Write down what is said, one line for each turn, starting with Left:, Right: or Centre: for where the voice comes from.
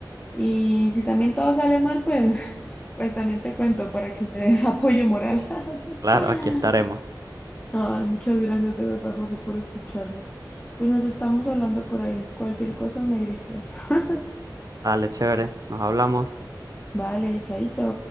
Left: Y si también todo sale mal, pues, <laughs> pues también te cuento para que me des apoyo moral. <laughs>
Right: Claro, aquí estaremos.
Left: Ay, muchas gracias de verdad, José, por escucharme. Pues nos estamos hablando por ahí. Cualquier cosa me gritas. <laughs>
Right: Dale, chévere, nos hablamos.
Left: Vale, chaito.